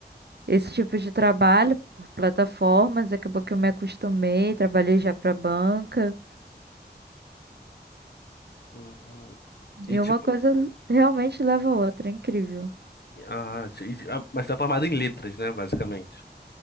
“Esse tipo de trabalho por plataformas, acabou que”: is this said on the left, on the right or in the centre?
Right